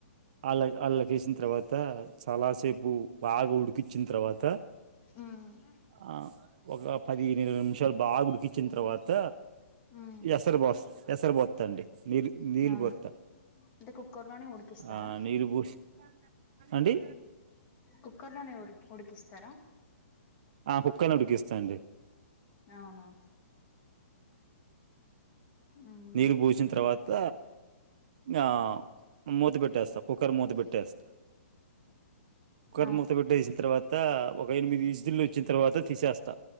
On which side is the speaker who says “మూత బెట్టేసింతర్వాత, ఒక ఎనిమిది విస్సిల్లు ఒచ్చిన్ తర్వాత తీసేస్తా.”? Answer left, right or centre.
Right